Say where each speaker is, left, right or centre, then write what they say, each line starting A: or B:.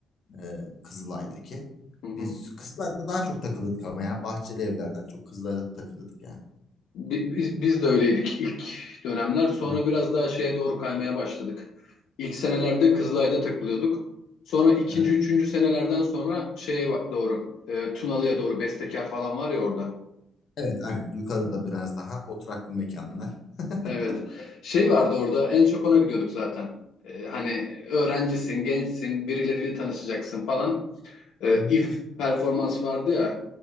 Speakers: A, on the left (about 55°); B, on the left (about 80°).
A: e, Kızılay'daki.
B: Hı
A: Biz
B: hı.
A: Kızılay'da daha çok takılırdık ama ya. Bahçeli evlerden çok Kızılay'da takılırdık yani.
B: Biz, biz de öyleydik ilk dönemler. Sonra
A: Hı,
B: biraz daha şeye doğru kaymaya başladık. İlk senelerde Kızılay'da takılıyorduk. Sonra ikinci,
A: Evet.
B: üçüncü senelerden sonra şeye bak doğru. e, Tunalı'ya doğru Bestekar falan var ya orada.
A: Evet, evet. Yukarıda biraz daha oturaklı mekanlar. <laughs>
B: Evet. Şey vardı orada en çok ona gidiyorduk zaten. E, hani öğrencisin, gençsin, birileriyle tanışacaksın falan. E,
A: Hı.
B: if performans vardı ya